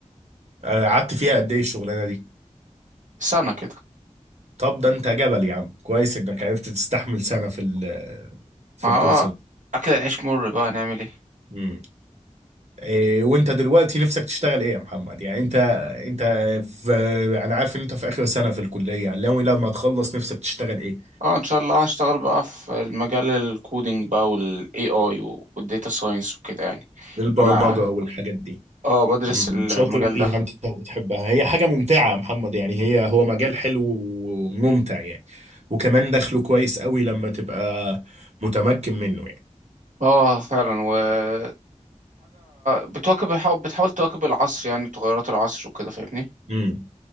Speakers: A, on the right; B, on the right.
A: آه، قعدت فيها قد ايه الشغلانه دي
B: سنة كده
A: طب ده انت جبل يا عم كويس انك عرفت تستحمل سنه في ال في
B: اه
A: الكول سنتر
B: اكل العيش مر بقى هنعمل ايه
A: امم إيه وانت دلوقتي نفسك تشتغل ايه يا محمد يعني انت انت في انا عارف ان انت في اخر سنه في الكليه يعني لو لما تخلص نفسك تشتغل ايه
B: اه ان شاء الله هشتغل بقى في المجال الكودينج بقى والاي اي والديتا ساينس وكده يعني
A: البرمجه
B: انا
A: والحاجات دي
B: اه بدرس
A: مم.
B: المجال
A: شاطر فيها
B: ده
A: انت وبتحبها هي حاجة ممتعة يا محمد يعني هي هو مجال حلو وممتع يعني وكمان دخله كويس قوي لما تبقى متمكن منه يعني
B: اه فعلا وحاجة بتواكب بحاول بتحاول تواكب العصر يعني تغيرات العصر وكده فاهمني
A: امم